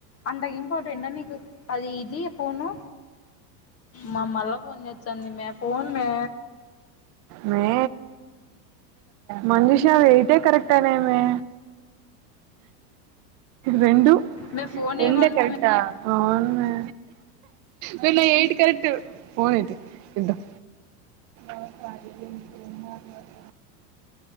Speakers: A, on the left; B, on the right.
A: అంత ఇంపార్టెంట్ నికు అది ఇది పోను మా మళ్ళ ఫోన్ చేచ్చాంది మ ఫోన్ మే
B: మే మనీషా ఎయిటే కరెక్టేనేమే రెండు
A: మే ఫోన్
B: రెండే
A: ఇయ్యమను
B: కరెక్ట్ ఆ అవున్ మే వే నయి ఎయిట్ కరెక్ట్ ఫోని తి ఇద్ధం వ పారి ఫ